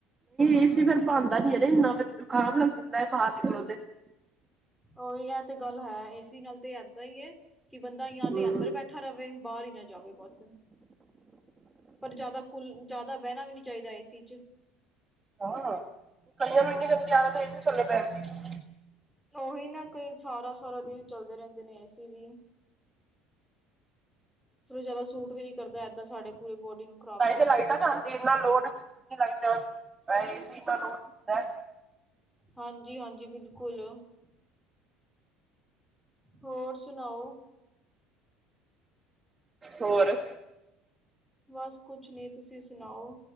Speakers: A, on the right; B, in the centre.
A: ਈ ਸੀ ਫੇਰ ਭਾਦਾ ਨੀ ਹੈ ਨਾ ਇੰਨਾ ਫੇਰ ਜ਼ੁਕਾਮ ਲੱਗ ਜਾਂਦੈ, ਬਾਰ ਨਿਕਲੋ ਤੇ।
B: ਓਹੀ ਏ ਤੇ ਗੱਲ ਹੈ ਏਸੀ ਨਾਲ ਤੇ ਏਦਾਂ ਹੀ ਏ। ਕਿ ਬੰਦਾ ਜਾ
A: ਹੂੰ
B: ਤੇ ਅੰਦਰ ਬੈਠਾ ਰਵੇ, ਬਾਰ ਹੀ ਨਾ ਜਾਵੇ ਬਸ। ਪਰ ਜ਼ਿਆਦਾ ਕੁਲ ਜ਼ਿਆਦਾ ਬਹਿਣਾ ਵੀ ਨੀ ਚਾਹੀਦਾ ਏਸੀ ਚ।
A: ਹਾਂ। ਮੈਨੂੰ ਇੰਨੀ ਗੰਦੀ ਆਦਤ ਹੋਈ ਥੱਲੇ ਬੈਣ ਦੀ।
B: ਤੇ ਓਹੀ ਨਾ ਕੋਈ ਸਾਰਾ ਸਾਰਾ ਦਿਨ ਚੱਲਦੇ ਰਹਿੰਦੇ ਨੇ ਏਸੀ ਵੀ। ਫਿਰ ਓ ਜਿਆਦਾ ਸੂਟ ਵੀ ਨੀ ਕਰਦਾ ਐਦਾਂ ਸਾਡੇ ਪੂਰੀ ਬੋਡੀ ਨੂੰ ਖਰਾਬ
A: ਤਾਂਹੀ ਤੇ ਲਾਈਟਾਂ ਖਾਂਦੀ ਇੰਨਾ ਲੋਡ ਲਾਈਟਾਂ ਐ ਏਸੀ ਇਨਾ ਲੋਡ ਹੁੰਦਾ।
B: ਹਾਂਜੀ ਹਾਂਜੀ, ਬਿਲਕੁਲ। ਹੋਰ ਸੁਣਾਓ?
A: ਹੋਰ।
B: ਬਸ ਕੁਛ ਨੀ, ਤੁਸੀਂ ਸੁਣਾਓ?